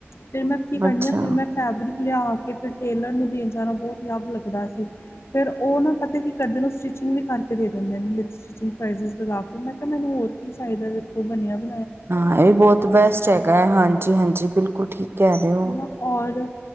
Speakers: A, on the left; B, on the right.
A: ਫਿਰ ਮੈਂ ਕੀ ਕਰਨੀ
B: ਅੱਛਾ
A: ਆ, ਫਿਰ ਮੈਂ ਫੈਬਰਿਕ ਲਿਆ ਕੇ ਫਿਰ ਟੇਲਰ ਨੂੰ ਦੇਣ ਜਾਣਾ ਬੋਤ ਈ ਅੱਗ ਲੱਗਦਾ ਸੀ। ਫੇਰ ਉਹ ਨਾ, ਪਤਾ ਕੀ ਕਰਦੇ ਨੇ, ਉਹ ਸਟਿਚਿੰਗ ਵੀ ਕਰਕੇ ਦੇ ਦਿੰਦੇ। ਸਟੇਚਿੰਗ ਪ੍ਰਜਿਜ ਲਗਾ ਕੇ, ਮੈਂ ਕਿਹਾ ਮੈਨੂੰ ਹੋਰ ਕੀ ਚਾਹੀਦਾ ਵਖੋ ਬਣਿਆ, ਬ
B: ਹਾਂ, ਇਹ ਵੀ ਬਹੁਤ ਬੈਸਟ ਹੈਗਾ ਹੈ। ਹਾਂਜੀ-ਹਾਂਜੀ ਬਿਲਕੁਲ ਠੀਕ ਕਹਿ ਰਹੇ ਹੋ।
A: ਨਾ ਔਰ,